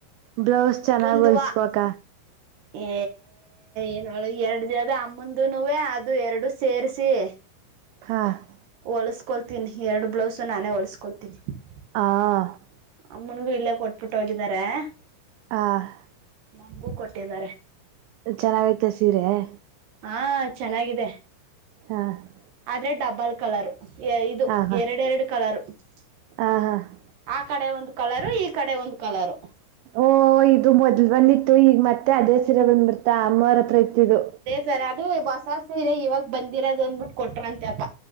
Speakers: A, on the right; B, on the right.
A: ಬ್ಲೌಸ್ ಚೆನ್ನಾಗ್
B: ಒಂದ್
A: ಹೊಲ್ಸ್ಕೋಕ
B: ವಾ ಏ ಏನಳ ಎರಡು ದಿನದ ಅಮ್ಮಂದನು ಅದು ಎರಡು ಸೇರಿಸಿ <unintelligible>
A: ಹಾ <unintelligible>
B: ಒಳಸ್ಕೊಳ್ತೀನಿ ಎರಡು ಬ್ಲೌಸ ನಾನೇ ಒಳ್ಸ್ಕೊಳ್ತೀನಿ <unintelligible>
A: ಆ <unintelligible>
B: ಅಮ್ಮನ್ಗೂ ಇಲ್ಲೇ ಕೊಟ್ಬಿಟ್ಟ ಹೋಗಿದಿದ್ದಾರೆ <unintelligible>
A: ಆ <unintelligible>
B: ನಗೂ ಕೊಟ್ಟಿದ್ದಾರೆ
A: ಚೆನ್ನಾಗೈತೆ ಸೀರೆ <unintelligible>
B: ಹಾ ಚೆನ್ನಾಗಿದೆ <unintelligible>
A: ಹಾ <unintelligible>
B: ಆದ್ರೆ ಡಬಲ್ ಕಲರು ಇದು
A: ಆ ಹಾ
B: ಎರಡೆರಡು ಕಲರು <unintelligible>
A: ಆ ಹಾ <unintelligible>
B: ಆ ಕಡೆ ಒಂದು ಕಲರು ಈ ಕಡೆ ಒಂದು ಕಲರು <unintelligible>
A: ಓ ಇದು ಮೊದ್ಲು ಬಂದಿತ್ತು ಈಗ ಮತ್ತೆ ಅದೇ ಸೀರೆ ಬಂದ್ಬಿಡ್ತಾ ಅಮ್ಮವ ಹತ್ರ ಇತಿದು <unintelligible>
B: ಸರ್ ಅದು ಬಸವ ಸೀರೆ ಇವಾಗ ಬಂದಿರೋದು ಅಂದ್ಬಿಟ್ಟು ಕೊಟ್ರ ಅಂತೆಪಾ